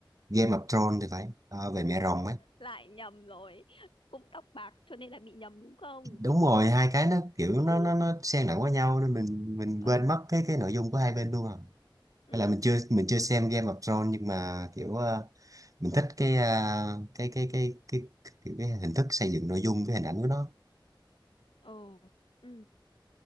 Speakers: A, on the right; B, on the left.
A: Game of Thrones thì phải Ờ, về mẹ rồng ấy
B: lại nhầm rồi cũng tóc bạc cho nên là bị nhầm đúng không
A: đúng rồi hai cái nó kiểu
B: <laughs>
A: nó nó nó xen lẫn với nhau nên mình mình
B: ờ
A: quên mất cái cái nội dung của hai bên luôn à
B: ừ
A: hay là mình chưa mình chưa xem Game of Thrones nhưng mà kiểu ờ, mình thích cái, ờ, cái cái cái cái cái cái hình thức xây dựng nội dung cái hình ảnh của nó
B: ờ ừ